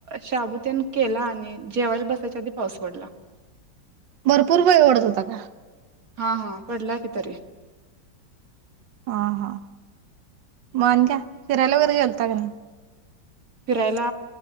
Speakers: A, on the right (about 50°); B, on the right (about 75°).
A: शाबु तेन केला आणि जेवायला बसाच्या आधी पाऊस पडला.
B: भरपूर वेळ ओढत होता का?
A: हा हा पडला कि तरी-
B: ह हा म आणि काय फिरायला वगैरे गेलता का नाही?
A: फिरायला